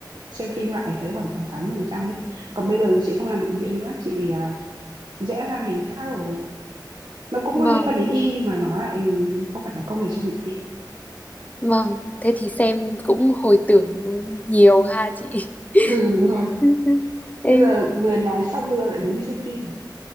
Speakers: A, on the right; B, on the left.
A: xem phim lại thấy khoảng tầm 80% ấy. Còn bây giờ thì chị không làm bệnh viện nữa, chị à, rẽ ra ngành khác rồi. Nó cũng
B: vâng
A: có liên quan đến y nhưng mà nó lại không phải là công việc trong bệnh viện.
B: vâng thế thì xem cũng hồi tưởng nhiều ha chị
A: Ừ đúng rồi.
B: <laughs>
A: Bây
B: Ê,
A: giờ vừa nói xong bây giờ lại muốn đi xem phim rồi.